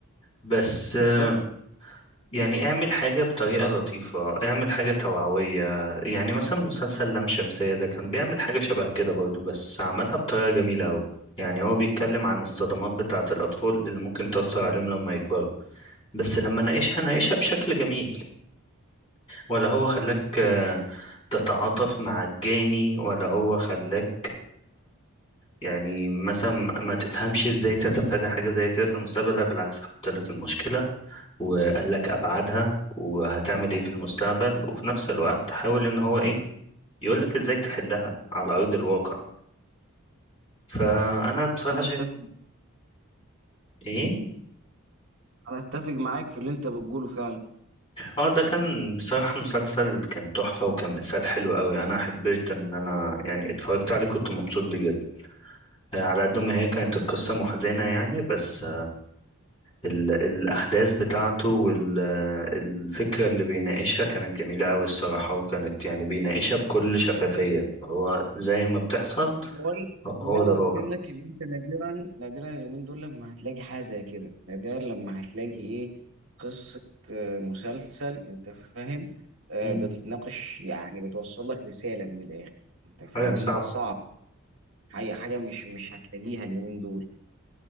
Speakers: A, on the left; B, on the right.
A: بس
B: بالظبط
A: آه، يعني اعمل حاجة بطريقة لطيفة اعمل حاجة توعوية يعني مثلا مسلسل لام شمسية ده كان بيعمل حاجة شبه كده برضو بس عملها بطريقة جميلة أوي يعني هو بيتكلم عن الصدمات بتاعة الأطفال اللي ممكن تأثر عليهم لما يكبروا بس لما ناقشها ناقشها بشكل جميل ولا هو خلاك آه، تتعاطف مع الجاني ولا هو خلاك يعني مثلا ما تفهمش ازاي تتفادى حاجة زي كده في المستقبل لا بالعكس حط لك المشكلة وقال لك ابعادها وهتعمل ايه في المستقبل وفي نفس الوقت حاول ان هو ايه يقول لك ازاي تحلها على ارض الواقع فانا بصراحة
B: انا
A: شايف
B: اتفق
A: ايه
B: انا اتفق معاك في اللي انت بتقوله فعلا
A: اه ده كان بصراحة مسلسل كان تحفة وكان مثال حلو قوي انا حبيت ان انا يعني اتفرجت عليه كنت مبسوط بيه جدا آه، على قد ما هي كانت القصة محزنة يعني بس ال- الأحداث بتاعته والفكرة اللي بيناقشها كانت جميلة أوي الصراحة وكانت يعني بيناقشها بكل شفافية هو زي ما بتحصل
B: بقول
A: هو
B: زي
A: ده
B: ما
A: الواقع
B: قلت لك اللي انت نادرا نادرا اليومين دول لما هتلاقي حاجه زي كده نادرا لما هتلاقي ايه قصه آه، مسلسل انت فاهم آه،
A: مم.
B: بتناقش يعني بتوصل لك رساله من الاخر انت فاهمني
A: أيوة صعب
B: صعب حاجه حاجه مش مش هتلاقيها اليومين دول